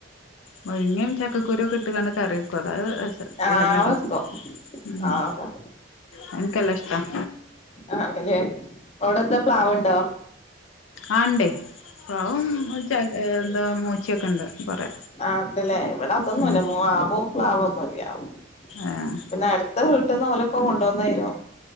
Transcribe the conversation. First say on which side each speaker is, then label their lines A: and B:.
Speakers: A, on the left; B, on the left.
A: മുരിങ്ങ ചക്ക ക്കുരൊക്കെ ഇട്ടാണ്ട് കറി വെക്കോലൊ അത്
B: ആഹ്
A: നല്ല
B: വെക്കും
A: ടെസ്റ്റാ ഉം
B: ആഹ്
A: അത് ഇൻക്കല്ല ഷ്ട <inaudible>
B: ആണ്ലെ അവ്ടെന്താ പ്ലാവ്ണ്ടോ
A: ആ ണ്ടേ പാവും <unintelligible> ന്താ മൂച്ചി ഉചൊക്കെ ഉണ്ട് കൊറേ
B: ആ ണ്ട് ലേ ഇവിടെ അതൊന്നുംല്ല
A: ഉം
B: മാവും പ്ലാവും റിയ <unintelligible>
A: ആഹ്
B: പിന്നെ അടുത്ത വി- പിട്ടുന്നഓലൊക്കെ കൊണ്ടുവന്നരും